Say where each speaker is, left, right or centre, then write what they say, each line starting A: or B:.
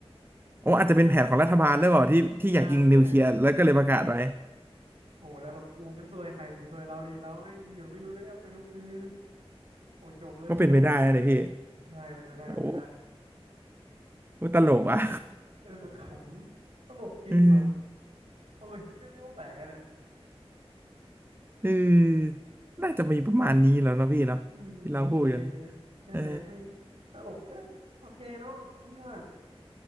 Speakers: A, on the right; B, on the right.
A: อ้อาจจะเป็นแผนของรัฐบาลด้วยเปล่าที่ที่อยากยิงนิวเคลียร์แล้วก็เลยประกาศไว้
B: ใช่โอ้โหแล้วแบบอูกันซวยใครดีซวยเราดีเราแม่งอยู่ไม่รู้แล้วก็ไปลุกฮือโอ้จบเลยเงี้ย
A: ก็เป็นไปได้นะเนี่ยพี่
B: ใช่เป็นไม่ได้เป็นไม่ได้
A: โอ้โหตลกอ่ะ
B: โหเออขำตลกจริงว่ะ
A: <laughs> เออ
B: พอมาคิดเรื่องโลกแตกกันเนี่ย
A: เออน่าจะมีประมาณนี้แล้วเนาะพี่เนาะที่เราพูดกัน
B: อืมโอเค ใช่ไม่งตลกเกินโอเคน้องนี่ว่าแบบ
A: เออ